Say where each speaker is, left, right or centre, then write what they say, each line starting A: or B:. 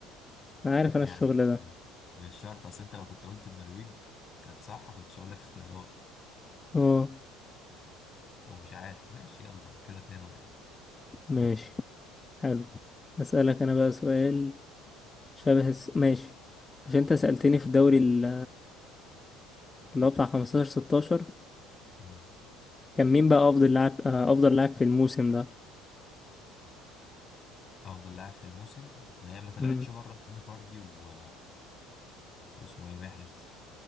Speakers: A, on the left; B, on the left.
A: انا عارف
B: يعني
A: انا الشغل ده
B: مش شرط أصل أنت لو كنت قلت النرويج كانت صح كنتش هقول لك اختيارات
A: اه
B: أو مش عارف ماشي يلا كده اتنين واحد
A: ماشي حلو اسألك انا بقى سؤال شبه الس... ماشي مش انت سألتني في الدوري ال- اللي هو بتاع 15 16
B: مم.
A: كان مين بقى افضل لاعب آه، افضل لاعب في الموسم ده
B: أفضل لاعب في الموسم ما هي ما طلعتش
A: مم.
B: بره جيمي فاردي و... واسمه إيه محرز